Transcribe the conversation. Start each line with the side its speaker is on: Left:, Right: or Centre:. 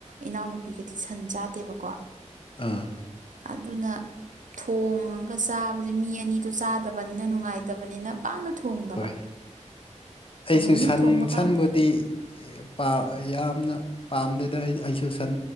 Right: ꯏꯅꯥꯎꯅꯨꯄꯤꯒꯗꯤ ꯁꯟ ꯆꯥꯗꯦꯕꯀꯣ
Left: ꯑꯥ
Right: ꯑꯗꯨꯅ ꯊꯣꯡꯉꯥꯒ ꯆꯥꯕꯖꯦ ꯃꯤ ꯑꯅꯤꯗꯣ ꯆꯥꯗꯕꯅꯤꯅ ꯅꯨꯡꯉꯥꯏꯇꯕꯅꯤꯅ ꯄꯥꯛꯅ ꯊꯣꯡꯗꯕ
Left: ꯍꯣꯏ ꯑꯩꯁꯨ
Right: ꯑꯃꯨꯛꯃꯨꯛ
Left: ꯁꯟ
Right: ꯊꯣꯡꯕ
Left: ꯁꯟꯕꯨꯗꯤ
Right: ꯀꯥꯟꯗ
Left: ꯄꯥꯝ ꯌꯥꯝꯅ ꯄꯥꯝꯗꯦꯗ ꯑꯩ ꯑꯩꯁꯨ ꯁꯟ